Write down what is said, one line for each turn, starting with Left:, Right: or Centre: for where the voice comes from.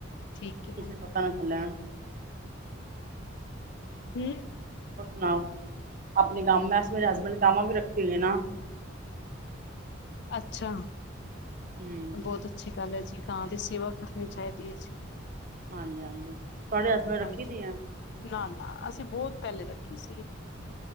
Left: ਠੀਕ ਹੈ
Right: ਕਿਸੇ ਪਤਾ ਨਾ ਚੱਲੈ।
Left: ਹੰਮ੍ਹ।
Right: ਨਾ। ਆਪਣੇ ਗਾਮ ਵੈਸੇ ਮੇਰੇ ਹਸਬੈਂਡ ਗਾਂਵਾਂ ਵੀ ਰੱਖੇ ਹੋਈ ਨਾ।
Left: ਅੱਛਾ।
Right: ਹੂੰ
Left: ਬੋਤ ਅੱਛੀ ਗੱਲ ਐ ਜੀ। ਗਾਂ ਦੀ ਸੇਵਾ ਕਰਨੀ ਚਾਈਦੀ ਐ ਜੀ।
Right: ਹਾਂਜੀ, ਹਾਂਜੀ ਤੋਡੇ ਹਸਬੈਂਡ ਰੱਖੀ
Left: ਹਾਂਜੀ
Right: ਦੀ ਐ।
Left: ਨਾ ਅਸੀਂ ਬੌਤ ਪੈਲੇ ਰੱਖੀ ਸੀ।